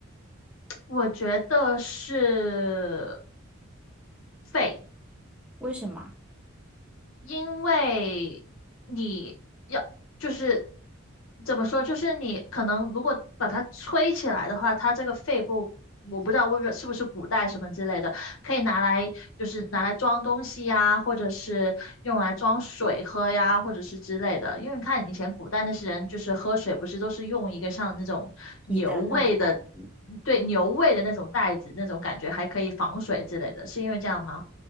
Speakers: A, on the left; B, in the centre.
A: 我觉得是肺。
B: 为什么？
A: 因为你要就是怎么说，就是你可能如果把它吹起来的话，它这个肺部我不知道为什是不是古代什么之类的，可以拿来就是拿来装东西呀，或者是用来装水喝呀，或者是之类的。因为你看以前古代那些人就是喝水不是都是用一个像那种牛胃的，
B: 你的这种代子？
A: 对牛胃的那种袋子，那种感觉还可以防水之类的，是因为这样吗？